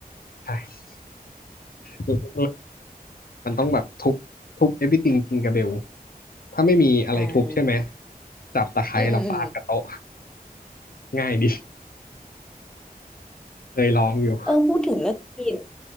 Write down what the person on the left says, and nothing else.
ใช่แล้วก็มันต้องแบบทุบทุบ everything จริงกับเบลถ้าไม่มีอะไรทุบใช่ไหม
จับตะไคร้แล้วฟาดกับโต๊ะ
ง่ายดีเคยลองอยู่